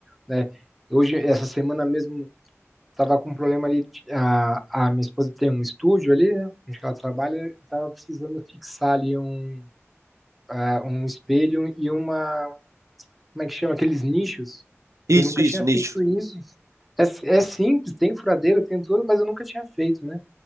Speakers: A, in the centre; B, on the right.
A: né? Hoje, essa semana mesmo, estava com um problema ali, de- a, a minha esposa tem um estúdio ali, né, onde que ela trabalha, estava precisando fixar ali um, ah, um espelho e uma, como é que chama, aqueles nichos.
B: Isso,
A: Eu nunca
B: isso,
A: tinha feito
B: nicho.
A: isso. É, é simples, tem furadeira, tem tudo, mas eu nunca tinha feito, né?